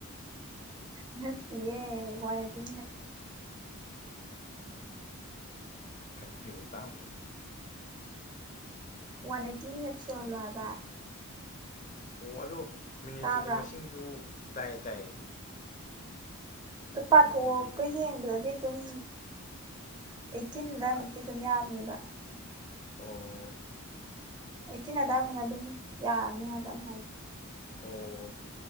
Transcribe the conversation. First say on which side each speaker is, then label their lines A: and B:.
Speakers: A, on the right; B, on the left.
A: ꯅꯠꯇꯌꯦ ꯋꯥꯅꯦꯗꯤ꯫
B: ꯀꯩ ꯍꯥꯏꯕꯥ ꯇꯥꯗ꯭ꯔꯦ꯫
A: ꯋꯥꯟ ꯑꯩꯠꯇꯤ ꯃꯤꯠꯁꯁꯨ ꯍꯜꯂꯣ ꯍꯥꯏꯕ꯫
B: ꯑꯣ ꯑꯗꯨꯗꯣ ꯃꯤꯅꯤꯠꯇꯨꯗꯤ
A: ꯇꯥꯕ꯭ꯔꯥ
B: ꯃꯁꯤꯡꯁꯨ ꯇꯥꯏꯌꯦ ꯇꯥꯏꯌꯦ꯫
A: ꯑꯗꯨ ꯄꯥꯊꯣꯛꯀ
B: ꯑꯗꯨꯗꯤ
A: ꯌꯦꯡꯕꯗꯗꯤ ꯑꯗꯨꯝ ꯏꯀꯤꯤꯟꯗ ꯃꯨꯛꯇꯤ
B: ꯑꯠ-
A: ꯊ ꯍꯥꯅꯤꯕ
B: ꯑꯣ
A: ꯑꯩꯠꯇꯤꯟ ꯑꯗꯥꯏꯃꯅ ꯑꯗꯨꯝ ꯌꯥꯔꯅꯤ ꯍꯥꯏꯕ ꯑꯩꯅ ꯍꯥꯏꯖꯦ꯫
B: ꯑꯣ꯫